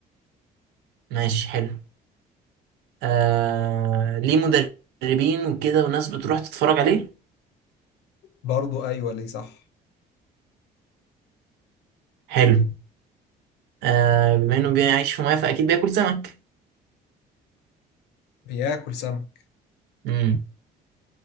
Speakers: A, on the right; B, on the left.
A: ماشي حلو آه... ليه مدربين وكده وناس بتروح تتفرج عليه
B: برضه أيوة ليه صح
A: حلو آه... بما انه بيعيش في مية فاكيد بياكل سمك
B: بياكل سمك
A: مم.